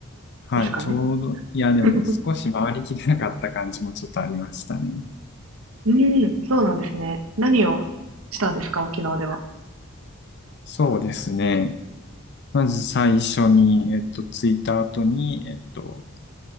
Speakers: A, on the left; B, on the right.
A: はい、
B: ですかね。
A: ちょうど、いや、でも少し回りきれなかった感じもちょっとありましたね。
B: <laughs> うーん、そうなんですね。何をしたんですか沖縄では。
A: そうですね。まず最初に、えっと、着いた後に、えっと、